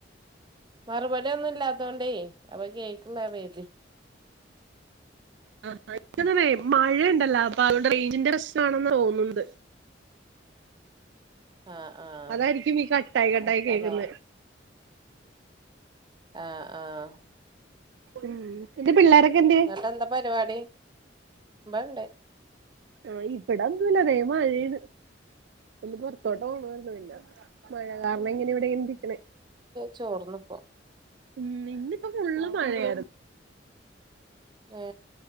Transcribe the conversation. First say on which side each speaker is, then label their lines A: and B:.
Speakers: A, on the right (about 25°); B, on the right (about 70°).
A: മറുപടിയൊന്നും ഇല്ലാത്തോണ്ടേ അപ്പൊ കേക്കിണ്ടകരുതി
B: ആ <unintelligible> മഴ ഇണ്ടല്ലോ അപ്പൊ ഇവിടെ റേഞ്ചിന്റെ പ്രശ്നാണെന്ന് തോന്നണ്ട്.
A: ആഹ് ആഹ്
B: അതായിരിക്കും ഈ കട്ടായി കട്ടായി
A: ചെലപ്പോ
B: കേക്കുന്ന.
A: അതാവും ആ ആ.
B: ഉം എന്റെ പിള്ളേരൊക്കെ എന്തിയെ
A: എന്നിട്ട് എന്താ പരിപാടി <unintelligible>
B: ആ ഇവിടെ ഒന്നുല്ല ദേ മഴയാണ് ഒന്ന് പൊറത്തോട്ട് പോണ പിന്നെ മഴ കാരണം ഇങ്ങനെ ഇവിടെ ഇരിക്കണേ.
A: ചോറ്ന്നപ്പോ
B: ഉം ഇന്നിപ്പോ ഫുള്ള് മഴയായിരുന്നു.
A: ആ